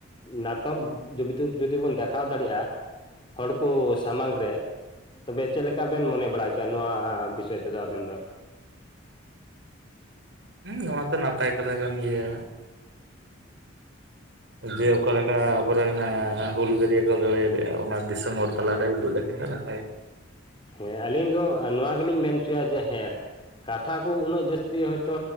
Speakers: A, on the left; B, on the right.
A: ᱱᱟᱴᱚᱠ ᱡᱩ ᱡᱩᱫᱤ ᱵᱚᱱ ᱫᱮᱠᱷᱟᱣ ᱫᱟᱲᱮᱭᱟᱜ-ᱟ᱾ ᱦᱚᱲ ᱠᱚ ᱥᱟᱢᱟᱝ ᱨᱮ ᱛᱚᱵᱮ ᱪᱮᱫ ᱞᱮᱠᱟ ᱵᱮᱱ ᱢᱚᱱᱮ ᱵᱟᱲᱟ ᱠᱮᱭᱟ? ᱠᱮᱭᱟ ᱱᱚᱣᱟ ᱵᱤᱥᱚᱭ ᱛᱮᱫᱚ ᱟᱵᱤᱱ ᱫᱚ᱾
B: ᱦᱮᱸ ᱱᱚᱣᱟ ᱛᱚ ᱱᱟᱯᱟᱭ ᱠᱟᱛᱷᱟ ᱠᱟᱱ ᱜᱮᱭᱟ᱾ ᱡᱮ ᱚᱠᱟ ᱞᱮᱠᱟ ᱟᱵᱚᱨᱮᱱ ᱮᱻ ᱦᱩᱞᱜᱟᱹᱨᱭᱟᱹ ᱠᱚ ᱫᱟᱲᱮᱭᱟᱞᱼᱟ᱾ ᱚᱱᱟ ᱫᱤᱥᱚᱢ ᱦᱚᱲ ᱛᱟᱞᱟᱨᱮ ᱩᱫᱩᱜ ᱞᱮᱠᱷᱟᱱ ᱫᱚ ᱱᱟᱯᱟᱭ᱾
A: ᱦᱮᱸ ᱟᱞᱤᱧ ᱫᱚ ᱱᱚᱣᱟ ᱜᱮᱞᱤᱧ ᱢᱮᱱ ᱦᱚᱪᱚᱭᱟ ᱡᱮ ᱦᱮᱸ, ᱠᱟᱛᱷᱟ ᱠᱚ ᱩᱱᱟᱹᱜ ᱡᱟᱹᱥᱛᱤ ᱦᱚᱭᱛᱳ